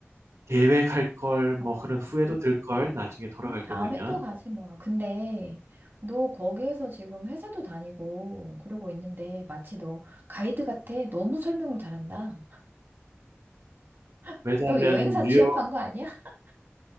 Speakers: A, on the right; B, on the right.
A: 계획할 걸 뭐
B: 아
A: 그런 후회도 들 걸 나중에 돌아갈
B: 음, 다음에
A: 때 되면.
B: 또 가지 뭐. 근데 너 거기에서 지금 회사도 다니고 그러고 있는데 마치 너 가이드 같아. 너무 설명을 잘한다. <laughs>
A: 왜냐하면
B: 너 여행사
A: 뉴욕
B: 취업한 거 아니야? <laughs>